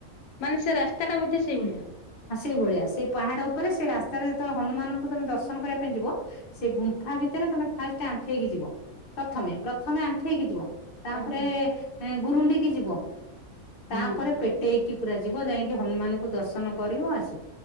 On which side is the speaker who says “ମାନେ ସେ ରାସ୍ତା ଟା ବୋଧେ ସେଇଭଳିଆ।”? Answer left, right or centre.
Left